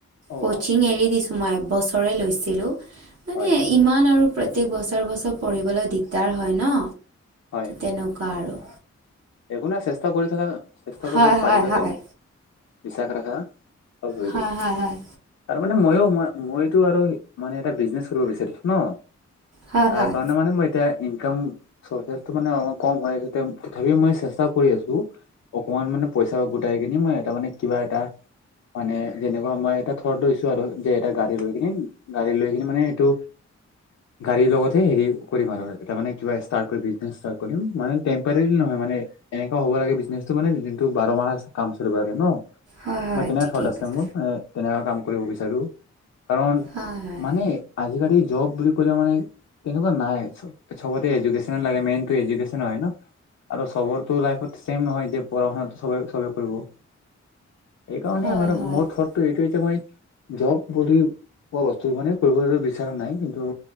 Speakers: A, on the left (about 65°); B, on the right (about 55°).
A: অ
B: কচিং
A: আচ্ছা,
B: এৰি দিছো মই এবছৰে লৈছিলো মানে
A: হয়
B: ইমান আৰু প্ৰত্যেক বছৰ বছৰ পঢ়িবলৈ দিগদাৰ হয় ন
A: হয়
B: তেনেকুৱা আৰু।
A: একো না চেষ্টা কৰি থাককা চেষ্টা
B: হয়
A: কৰিলে
B: হয়
A: পাৰিবা
B: হয়।
A: দিয়া বিশ্বাস ৰাখা। অঁ হৈ
B: হয়
A: যাব
B: হয় হয়
A: তাৰ মানে মইো মই মইতো আৰু মানে এটা বিজনেচ কৰিব বিচাৰিছো ন,
B: হয়
A: তাৰ
B: হয়
A: কাৰণে মানে মই এতিয়া ইনকাম <inaudible> অলপ কম হয়, তথাপিও মই চেষ্টা কৰি আছো, অকমান মানে পইচা গোটাই কিনি মই এটা মানে কিবা এটা মানে যেনেকুৱা মই এটা থৰ্ট লৈছোঁ আৰু যে এটা গাড়ী লৈ কিনি গাড়ী লৈ কিনি মানে এইটো গাড়ীৰ লগতহে হেৰি কৰিম আৰু মানে কিবা ষ্টাৰ কৰি বিজনেচ ষ্টাৰ্ট কৰিম মানে টেম্পৰী নহয় মানে এনেকুৱা হ'ব লাগে বিজনেছতটো মানে দিনটো বাৰ মাহ কাম চলিব লাগে ন
B: হয় হয়
A: ম তেনে
B: ঠিকেই
A: থট আছে
B: কৈছা
A: মোৰ তেনেকুৱা কাম কৰিব বিচাৰো। কাৰণ
B: হয় হয়।
A: মানে আজিকালিৰ জব বুলি ক'লেও মানে তেনেকুৱা নাই, চবতে এডুকেশ্যনে লাগে মেইনটো এডুকেশ্যন হয় ন? আৰু চবৰটো লাইফত ছেম নহয় যে পঢ় শুনাতো চবেবে চবে সেইকাৰণে
B: হয় হয় হয়
A: মোৰ থটটো এইটো যে মই জব বুলি কোৱা বস্তু মানে কৰিবলৈ বিচৰা নাই, কিন্তু